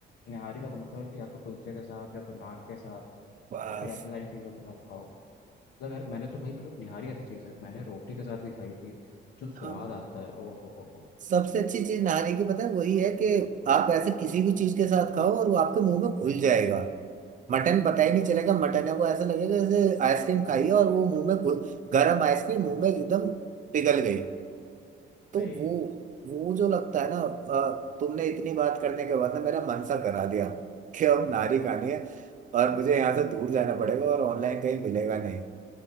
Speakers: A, on the left; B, on the right.
A: निहारी का तो मतलब है कि या तो कुलचे के साथ या तो नान के साथ
B: बस
A: या फिर ऐसे सारी चीज़ों के साथ खाओ मतलब यार मैंने तो भाई मतलब निहारी ऐसी चीज़ है मैंने रोटी के साथ भी खाई थी जो स्वाद
B: हम
A: आता है ओ हो हो हो
B: सबसे अच्छी चीज नारी की पता है वही है कि आप ऐसे किसी भी चीज के साथ खाओ और वो आपके मुंह में घुल जाएगा मटन पता ही
A: भाई
B: नहीं चलेगा मटन है वो ऐसा लगेगा जैसे आइसक्रीम खाई है और वो मुंह में घु- गरम आइसक्रीम मुंह में एकदम पिघल गई तो
A: भाई
B: वो वो जो लगता है ना अ, तुमने इतनी बात करने के बाद ना मेरा मन सा करा दिया कि अब नारी खानी है और मुझे यहाँ से दूर जाना पड़ेगा और ऑनलाइन कहीं मिलेगा नहीं